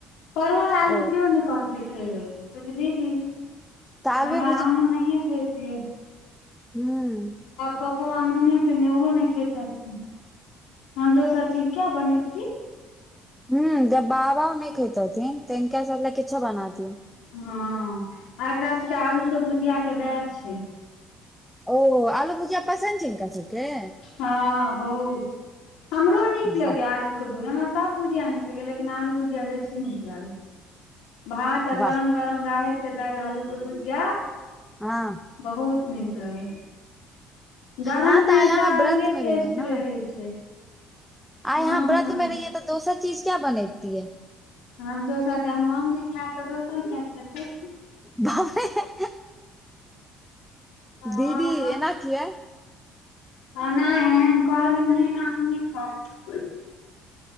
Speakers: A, on the left (about 85°); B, in the centre.
A: परोड़ आलू
B: ओ
A: केओ ने कहतै खेबै बुझलिही
B: तऽ आलुए
A: हमरा हमहुँ नहिए खेतियै
B: हूँ
A: पपो आनने के ओहो ने खे धो सब चीज किया बनैबी
B: ह जब बाबा नहि खेैतथिन तऽ इिनका सब ल किछो बना दियौ
A: हँ एकरा सबके आलू के भुजिया के वएह छै
B: ओ आलू भुजिया पसन्द छै इनका सबके
A: हँ बहुत हमरो नीक लगैया
B: वाह
A: आलू के भूज हमरा सब भुजिया नीक लागै लेकिन आलू भुजिया बेसी नीक लागल भात गरम
B: वाह
A: गरम रहे छै दाल आलू के भुजिया
B: हँ
A: बहुत नीक लगे गरम
B: हँ
A: मे
B: आइ अहाँ
A: तऽ अलगे
B: व्रत मे रहियै
A: टेस्ट
B: ने
A: रहै छै
B: आइ
A: हँ
B: यहा व्रत में रहि तऽ दोसर चीज क्या बनेती है
A: हम दोसर जहन हम नहि खायब त दोसर किया खेतै
B: बाय
A: हँ
B: दीदी एना किया
A: नहि कहलिय नहि आं नहि खाउ